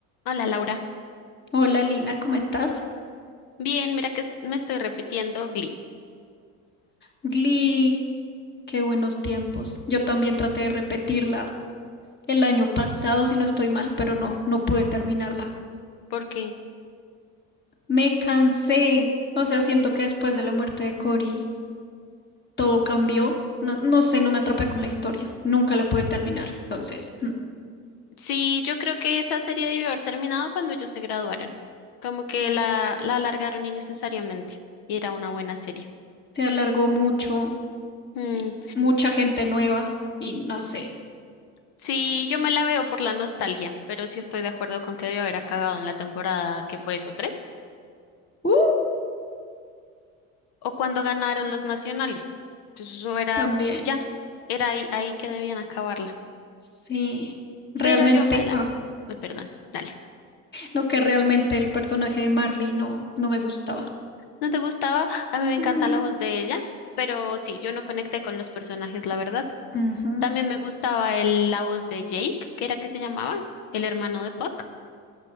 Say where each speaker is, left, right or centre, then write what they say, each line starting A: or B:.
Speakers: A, on the left (about 60°); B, on the left (about 25°).
A: Hola Laura.
B: Hola Lina, ¿cómo estás?
A: Bien, mira que es- me estoy repitiendo Glee,
B: Glee, qué buenos tiempos. Yo también traté de repetirla el año pasado, si no estoy mal, pero no, no pude terminarla.
A: porque
B: Me cansé. O sea, siento que después de la muerte de Cory todo cambió. No, no sé, no me atrapé con la historia. Nunca la pude terminar. Entonces, mm,
A: sí, yo creo que esa serie debió haber terminado cuando ellos se graduaron. Como que la, la alargaron innecesariamente y era una buena serie.
B: se alargó mucho
A: Mm,
B: y mucha gente nueva y no sé.
A: sí, yo me la veo por la nostalgia, pero sí estoy de acuerdo con que debió haber acabado en la temporada que fue eso, tres,
B: ¡Uh!
A: o cuando ganaron los nacionales. Pues eso era
B: También.
A: ya, era ahí, ahí que debían acabarla.
B: Sí. Realmente,
A: Pero yo me la,
B: ah,
A: eh, perdón, dale.
B: no que realmente el personaje de Marley no, no me gustaba.
A: ¿No te gustaba? A mí me encanta
B: Mm,
A: la voz de ella, pero sí, yo no conecté con los personajes, la verdad.
B: ujú.
A: También me gustaba el- la voz de Jake, que era que se llamaba, el hermano de Puck.